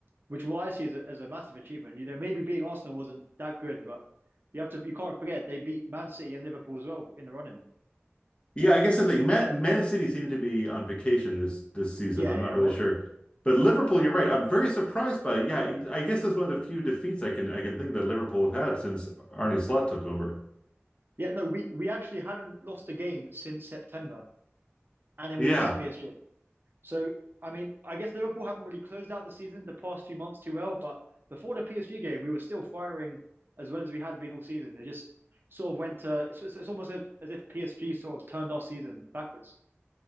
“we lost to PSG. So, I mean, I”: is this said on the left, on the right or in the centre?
Right